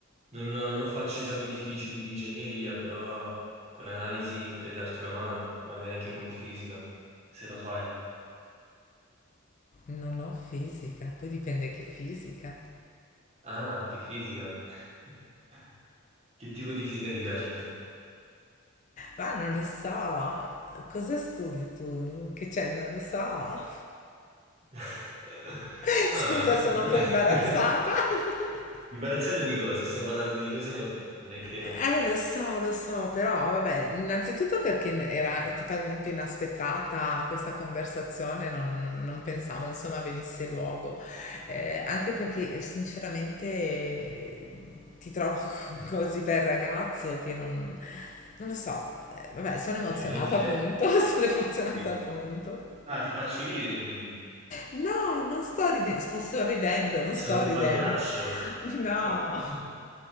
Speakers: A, on the right; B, on the left.
A: non, non faccio esami difficili di ingegneria, però con l'analisi potrei darti una mano, magari anche con fisica, se lo fai.
B: Non ho fisica, poi dipende che fisica.
A: Ah, che fisica! <laughs> Che tipo di fisica ti piace a te?
B: Ma non lo so, cosa studi tu? Che c'è? Non lo so.
A: <laughs>
B: <laughs>
A: Ah,
B: Scusa, sono un po' imbarazzata.
A: <laughs>
B: <laughs>
A: imbarazzate di cosa? Stiamo parlando di cose normali, non è che
B: Eh, eh, lo so, lo so, però vabbè, innanzitutto perché era totalmente inaspettata questa conversazione, non, non pensavo insomma venisse luogo, Eh, anche perché sinceramente eh, ti trovo <laughs> così bel ragazzo che non, non lo so, Eh, vabbè, sono
A: <laughs>
B: emozionata
A: che lo dice...
B: appunto, <laughs> sono emozionata
A: Sì.
B: appunto.
A: Ah, ti faccio ridere quindi.
B: No, non sto ridendo, sto sorridendo, non
A: Sono
B: sto
A: un
B: ridendo.
A: pagliaccio.
B: No,
A: <laughs>